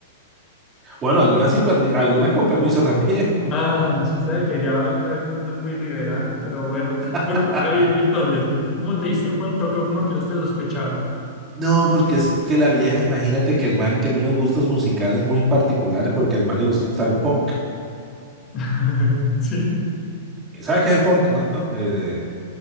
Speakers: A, on the right; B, on the left.
A: Bueno, algunas, sin permi- algunas con permiso también.
B: Ah, sí sabe que ya hoy la- el mundo es muy liberal, pero bueno.
A: <laughs>
B: Bueno, Gabriel, y entonces, ¿cómo te diste cuenta o qué- cómo empezaste a sospechar?
A: No, porque es que la vieja, imagínate que el man tenía unos gustos musicales muy particulares porque el man le gusta el punk.
B: <laughs> Sí,
A: ¿Sabes qué es el punk? No, Eh,